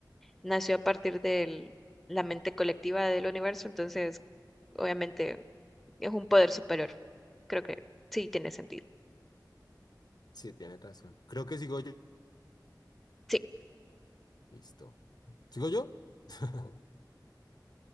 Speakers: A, in the centre; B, on the left (about 65°).
A: nació a partir de la mente colectiva del universo, entonces obviamente es un poder superior. Creo que sí tiene sentido.
B: Sí, tienes razón. Creo que sigo yo.
A: Sí,
B: Listo. ¿Sigo yo? <laughs>